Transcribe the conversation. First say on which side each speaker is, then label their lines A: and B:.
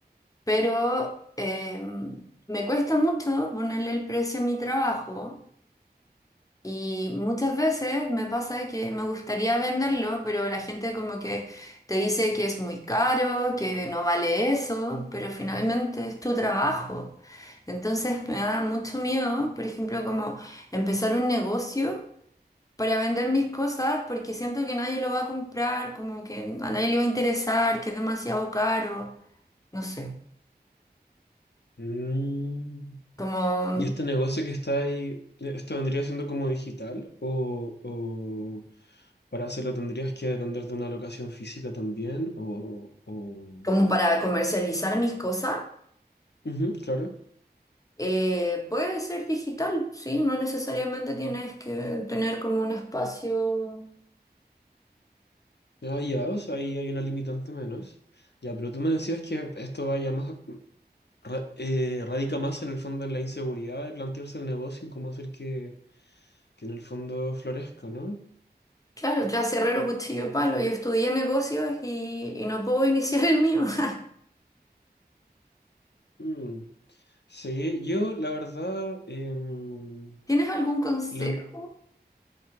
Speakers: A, on the left; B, on the left.
A: pero eh, me cuesta mucho ponerle el precio a mi trabajo y muchas veces me pasa que me gustaría venderlo, pero la gente como que te dice que es muy caro, que no vale eso, pero finalmente es tu trabajo. Entonces me da mucho miedo, por ejemplo, como empezar un negocio. para vender mis cosas porque siento que nadie lo va a comprar, como que a nadie le va a interesar, que es demasiado caro, no sé.
B: Mm,
A: Como
B: ¿Y este negocio que está ahí, eh, esto vendría siendo como digital? ¿O, o para hacerlo tendrías que depender de una locación física también? ¿O, o...
A: como para comercializar mis cosas,
B: Ujú, claro.
A: eh, puede ser digital, sí, no necesariamente tienes que tener como un espacio.
B: Ah, ya, o sea, ahí hay una limitante menos. Ya, pero tú me decías que esto va ya más, ra- eh, radica más en el fondo en la inseguridad de plantearse el negocio y cómo hacer que, que en el fondo florezca, ¿no?
A: Claro, clase herrero, cuchillo, palo. Yo estudié negocios y, y no puedo <laughs> iniciar el mío. <laughs>
B: Mm. Sí, yo la verdad, em,
A: ¿Tienes algún consejo?
B: lo en-